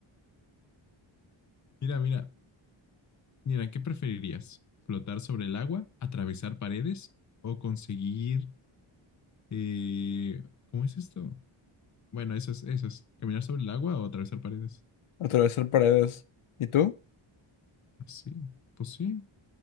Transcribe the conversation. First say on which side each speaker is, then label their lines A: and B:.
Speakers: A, on the left; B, on the left.
A: Mira, mira, Mira, ¿qué preferirías? ¿Flotar sobre el agua, atravesar paredes o conseguir... eh, ¿cómo es esto? Bueno, esas, esas. ¿Caminar sobre el agua o atravesar paredes?
B: Atravesar paredes. ¿Y tú?
A: Así, pues sí.